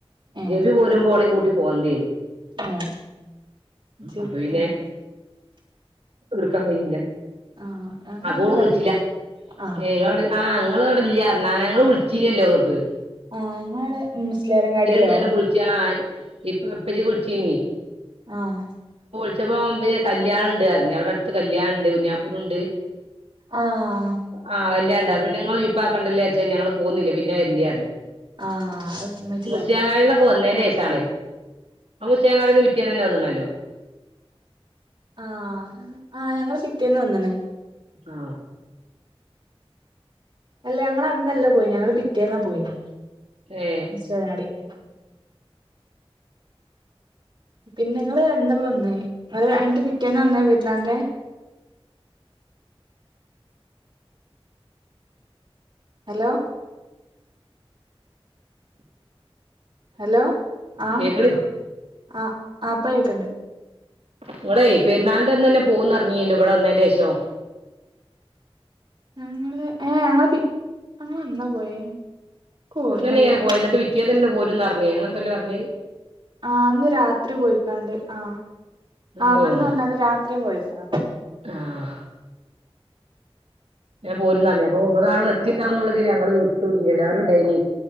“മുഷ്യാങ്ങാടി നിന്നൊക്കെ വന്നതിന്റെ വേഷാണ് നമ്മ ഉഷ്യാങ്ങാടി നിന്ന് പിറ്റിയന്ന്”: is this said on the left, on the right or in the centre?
Right